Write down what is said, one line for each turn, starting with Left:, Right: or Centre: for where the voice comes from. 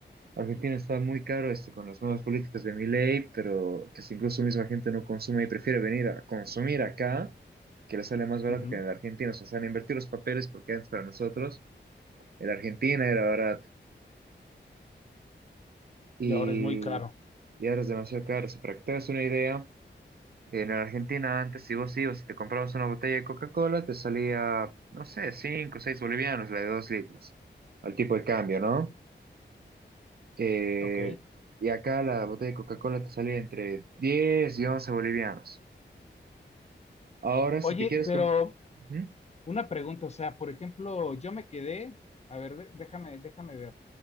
Right: Argentina está muy caro este, con las nuevas políticas de Milei, pero que si incluso misma gente no consume y prefiere venir a consumir acá, que le sale más barato
Left: Ujú.
Right: que en la Argentina, o sea, se han invertido los papeles porque antes para nosotros. era Argentina, era barato. Y,
Left: Y ahora es muy caro.
Right: y ahora es demasiado caro. Si para que te hagas una idea, en la Argentina antes, si vos ibas y te comprabas una botella de Coca-Cola, te salía, no sé, 5 o 6 bolivianos, la de 2 litros, al tipo de cambio, ¿no? Eh,
Left: Ok.
Right: y acá la botella de Coca-Cola te salía entre 10 y 11 bolivianos. Ahora,
Left: Oye,
Right: si te quieres...
Left: pero
Right: com- Ujú.
Left: una pregunta, o sea, por ejemplo, yo me quedé, a ver, de- déjame, déjame ver.